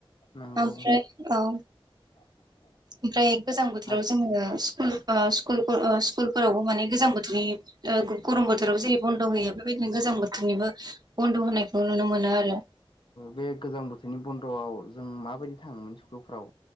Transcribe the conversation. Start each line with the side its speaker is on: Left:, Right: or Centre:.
Left: नंगौ
Right: ओमफ्राय औ
Left: <inaudible>
Right: ओमफ्राय गोजां बोथोराव
Left: औ
Right: जोङो स्कुल क स्कुल क स्कुल फोरावबो माने गोजां बोथोरनि ओ गरम बोथोराव जेरै बन्द' होयो बेबायदिनो गोजां बोथोरनिबो बन्द' होनायखौ नुनो मोनो आरो।
Left: बे गोजां बोथोरनि बन्द'आव जों माबायदि थाङोमोन स्कुलफ्राव?